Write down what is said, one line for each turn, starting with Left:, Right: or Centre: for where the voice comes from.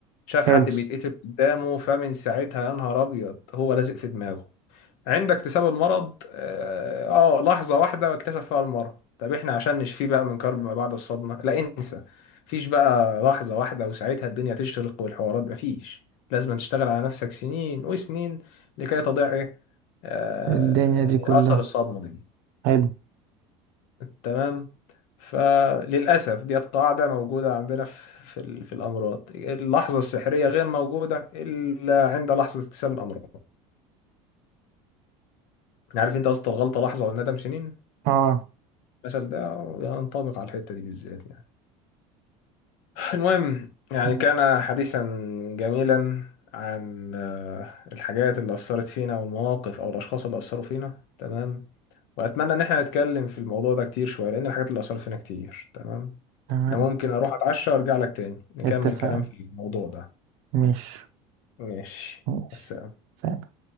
Left: شاف
Right: حلو
Left: حد بيتقتل قدامه فمن ساعتها يا نهار أبيض هو لازق في دماغه عند اكتساب المرض اه آه، لحظة واحدة اكتسب فيها المرض طب احنا عشان نشفيه بقى من كرب ما بعد الصدمة لا انسى مفيش بقى لحظة واحدة وساعتها الدنيا تشتغل والحوارات مفيش لازم تشتغل على نفسك سنين وسنين لكي تضيع ايه آه،
Right: الدنيا دي كلها
Left: اثر الصدمة دي
Right: حلو
Left: تمام فللأسف ديت قاعدة موجودة عندنا في في ال- في الأمراض اللحظة السحرية غير موجودة إلا عند لحظة اكتساب الأمراض يعني عارف انت قصة الغلطة لحظة والندم سنين
Right: اه
Left: المثل ده ينطبق على الحتة دي بالذات يعني المهم يعني
Right: مم.
Left: كان حديثا جميلا عن آه، الحاجات اللي أثرت فينا والمواقف أو الأشخاص اللي أثروا فينا تمام وأتمنى إن احنا نتكلم في الموضوع ده كتير شوية لأن الحاجات اللي أثرت فينا كتير تمام
Right: تمام
Left: أنا ممكن أروح أتعشى وأرجع لك تاني نكمل
Right: اتفقنا
Left: كلام في الموضوع ده
Right: ماشي
Left: ماشي
Right: ماشي
Left: بس
Right: سلام.